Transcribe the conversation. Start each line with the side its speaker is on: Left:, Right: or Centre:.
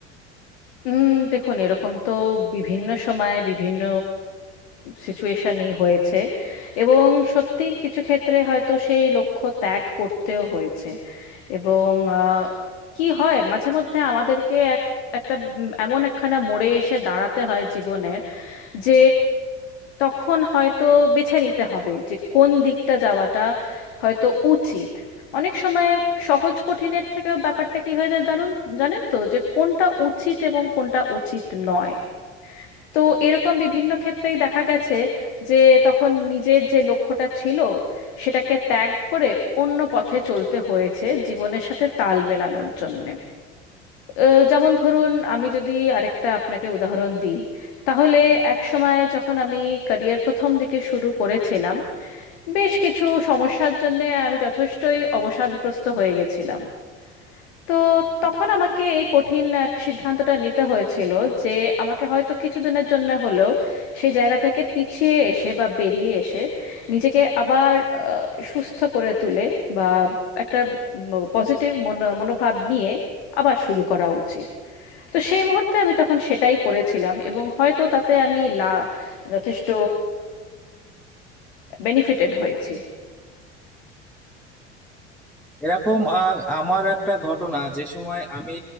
Left: উম, দেখুন এরকম তো বিভিন্ন সময়ে বিভিন্ন সিচুয়েশনেই হয়েছে এবং সত্যি কিছু ক্ষেত্রে হয়তো সেই লক্ষ্য ত্যাগ করতেও হয়েছে এবং আহ, কি হয় মাঝে মধ্যে আমাদেরকে এক একটা উম, এমন একখানা মোড়ে এসে দাঁড়াতে হয় জীবনে যে তখন হয়তো বেছে নিতে হবে যে কোন দিকটা যাওয়াটা হয়তো উচিত অনেক সময় সহজ কঠিনের থেকেও ব্যাপারটা কি হয়ে যায় জানুন জানেন তো যে কোনটা উচিত এবং কোনটা উচিত নয় তো এরকম বিভিন্ন ক্ষেত্রেই দেখা গেছে যে তখন নিজের যে লক্ষ্যটা ছিল সেটাকে ত্যাগ করে অন্য পথে চলতে হয়েছে জীবনের সাথে তাল মেলানোর জন্য আহ, যেমন ধরুন আমি যদি আরেকটা আপনাকে উদাহরণ দিই তাহলে এক সময় যখন আমি ক্যারিয়ার প্রথম দিকে শুরু করেছিলাম বেশ কিছু সমস্যার জন্য আমি যথেষ্টই অবসাদগ্রস্ত হয়ে গেছিলাম তো তখন আমাকে এই কঠিন এক সিদ্ধান্তটা নিতে হয়েছিল যে আমাকে হয়তো কিছুদিনের জন্য হলেও সেই জায়গা থেকে পিছিয়ে এসে বা বেরিয়ে এসে নিজেকে আবার আহ, সুস্থ করে তুলে বা একটা পজিটিভ মনোভাব নিয়ে আবার শুরু করা উচিত তো সেই মুহূর্তে আমি তখন সেটাই করেছিলাম এবং হয়তো তাতে আমি লা যথেষ্ট বেনিফিটেড হয়েছি
Centre: এরকম আর আমার একটা ঘটনা যে সময় আমি